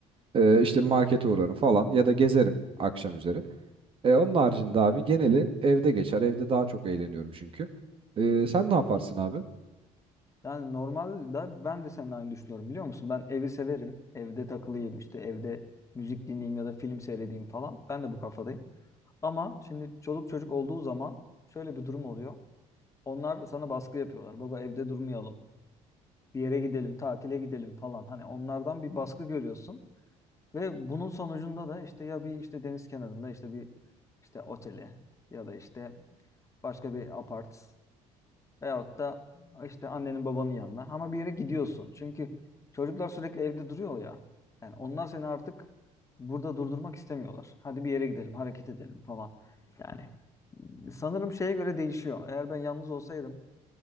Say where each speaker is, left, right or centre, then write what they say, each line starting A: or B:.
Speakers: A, on the right (about 40°); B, on the left (about 20°).
A: E, işte
B: Hmm,
A: markete uğrarım
B: evet.
A: falan ya da gezerim akşam üzeri. E, onun haricinde abi geneli evde geçer. Evde daha çok eğleniyorum çünkü. E, sen ne yaparsın abi?
B: Yani normalde ben de seninle aynı düşünüyorum biliyor musun? Ben evi severim. Evde takılayım işte evde müzik dinleyeyim ya da film seyredeyim falan. Ben de bu kafadayım. Ama şimdi çoluk çocuk olduğu zaman şöyle bir durum oluyor. Onlar sana baskı yapıyorlar. Baba evde durmayalım. Bir yere gidelim, tatile gidelim falan. Hani onlardan bir baskı görüyorsun. Ve bunun sonucunda da işte ya bir işte deniz kenarında işte bir işte otele ya da işte başka bir apart veyahut da işte annenin babanın yanına ama bir yere gidiyorsun. Çünkü çocuklar sürekli evde duruyor ya. Yani onlar seni artık burada durdurmak istemiyorlar. Hadi bir yere gidelim, hareket edelim falan. Yani sanırım şeye göre değişiyor. Eğer ben yalnız olsaydım